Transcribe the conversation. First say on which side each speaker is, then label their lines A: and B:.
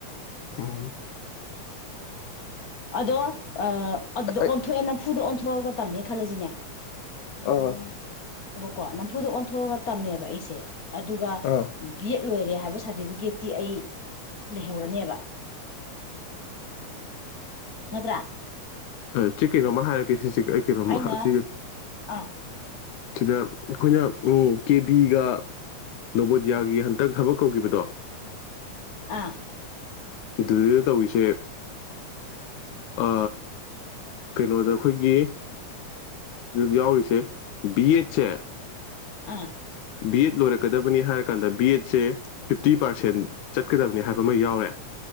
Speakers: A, on the left; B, on the left.
A: ꯎꯝ
B: ꯑꯗꯣ ꯑ ꯑꯗꯨꯗ
A: ꯑꯩ
B: ꯑꯣꯟꯊꯣꯛꯑꯦ ꯅꯝꯐꯨ ꯗ ꯑꯣꯟ ꯊꯣꯛꯑꯒ ꯇꯝꯃꯦ ꯈꯜꯂꯖꯤꯅꯦ
A: ꯑ
B: ꯀꯣ ꯅꯝꯐꯨꯗ ꯑꯣꯟꯊꯣꯛꯑꯒ ꯇꯝꯃꯦꯕ ꯑꯩꯁꯦ ꯑꯗꯨꯒ
A: ꯑꯥ
B: ꯕꯤ ꯑꯦꯡ ꯂꯣꯏꯔꯦ ꯍꯥꯏꯕ ꯁꯥꯗꯤꯕꯤꯒꯦꯠꯇꯤ ꯑꯩ ꯂꯩꯍꯧꯔꯅꯦꯕ ꯅꯠꯇ꯭ꯔꯥ
A: ꯑ ꯆꯦ ꯀꯩꯅꯣꯝꯃ ꯍꯥꯏꯔꯛꯀꯦ ꯁꯤꯖꯦ ꯑꯩ ꯀꯩꯅꯣꯝꯃ
B: ꯑꯩꯅ
A: ꯁꯤꯖꯦ
B: ꯑꯥ
A: ꯁꯤꯗ ꯑꯩꯈꯣꯏꯅ ꯀꯦꯕꯤꯒ ꯅꯕꯣꯗꯤꯌꯥꯒꯤ ꯍꯟꯇꯛ ꯊꯕꯛ ꯀꯧꯒꯤꯕꯗꯣ
B: ꯑꯥ
A: ꯗꯨꯗ ꯇꯧꯋꯤꯁꯦ ꯑ ꯀꯩꯅꯣꯗ ꯑꯩꯈꯣꯏꯒꯤ ꯑꯗ ꯌꯥꯎꯔꯤꯁꯦ ꯕꯤ ꯑꯦꯗꯁꯦ
B: ꯑꯥ
A: ꯕꯤ ꯑꯦꯗ ꯂꯣꯏꯔꯛꯀꯗꯕꯅꯤ ꯍꯥꯏꯔ ꯀꯥꯟꯗ ꯕꯤ ꯑꯦꯗꯁꯦ ꯐꯤꯞꯇꯤ ꯄꯥꯔꯁꯦꯟ ꯆꯠꯀꯗꯕꯅꯤ ꯍꯥꯏꯕ ꯑꯃ ꯌꯥꯎꯔꯦ